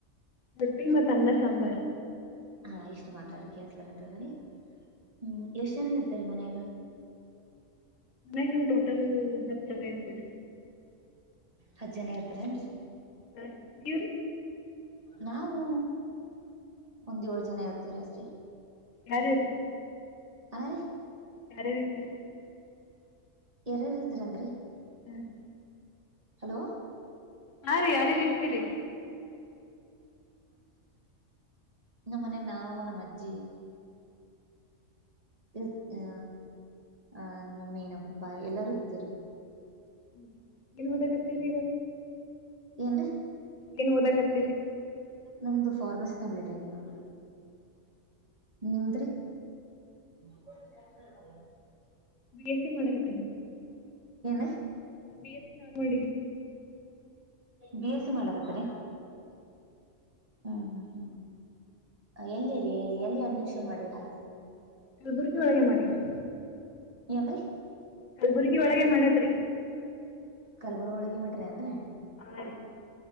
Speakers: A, on the left; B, on the right.
A: ರೊಟ್ಟಿ ಮತ್ ಅನ್ನ ಸಾಂಬಾರ್
B: ಹಾ ಇಷ್ಟು ಮಾತಾಡಿ ಕೇಳ್ಸಕತ್ತದ್ರಿ ಹ್ಮ್ ಎಷ್ಟ್ ಜನ ಇರ್ತರಿ ಮನ್ಯಾಗ
A: ನಾವ್ ಟೋಟಲ್ ಹತ್ತು ಜನ ಇರ್ತೀರಿ
B: ಹತ್ ಜನ ಇರ್ತಾರೇನ್ರಿ
A: ಹಾ ರೀ ನೀವ್ರೀ
B: ನಾವು ಒಂದ ಏಳ್ ಜನ ಇರ್ತೀವ್ರ್ ರಿ ಅಷ್ಟೆ
A: ಯಾರ್ ಯಾರಿ
B: ಹಾ ರಿ
A: ಯಾರ್ ಯಾರ್ ಇರ್ತಿರಿ
B: ಯಾರಾರ ಇದೀರ್ ಅಂದ್ರೀ
A: ಹಾ ರಿ
B: ಹಲೋ
A: ಹಾ ರಿ ಯಾರ್ಯಾರ್ ಇರ್ತಿೀರಿ
B: ನಮ್ಮ ಮನೆಗ ನಾವು ನಮ್ಮ ಅಜ್ಜಿ ಇರ್ ಆ ಆ ನಮ್ಮಮ್ಮಿ ನಮ್ಮ ಪಪ್ಪಾ ಎಲ್ಲಾರೂ ಇರ್ತವಿರಿ.
A: ಹೌದ ಏನ್ ಓದಕತ್ತಿರಿ ಇವಾಗ.
B: ಏನ್ ರೀ.
A: ಏನ್ ಓದಕ್ತ್ತೀರಿ.
B: ನಮ್ದು ಫಾರ್ಮಸಿ ಕಂಪ್ಲೀಟ್ ಆಗ್ಯದ ನೋಡ ನಿಮ್ದ್ರಿ. <inaudible>
A: ಬಿ ಎಸ್ ಸಿ ಮಾಡಕತ್ತನಿ
B: ಏನ್ರೀ
A: B S C normal degree.
B: B S C ಮಾಡ್ಲಕತ್ರ್ಯ. ಹ್ಮ್ ಹ್ಮ್ ಹ್ಮ್ ಎಲ್ಲಿರಿ ಎಲ್ಲಿ ಅಡ್ಮಿಷನ್ ಮಾಡಿರಿ.
A: ಕೆಲ್ಬುರ್ಗಿ ಒಳಗೆ ಮಾಡಿನ್ರಿ
B: ಏನ್ರೀ
A: ಕೆಲ್ಬುರ್ಗಿ ಒಳಗೆ ಮಾಡದ್ರಿ.
B: ಕಲ್ಬುರ್ಗೊಳಗೆ ಮಾಡಿರ್ಯ ಅಂನ್ರಿ.
A: ಹಾ ರೀ.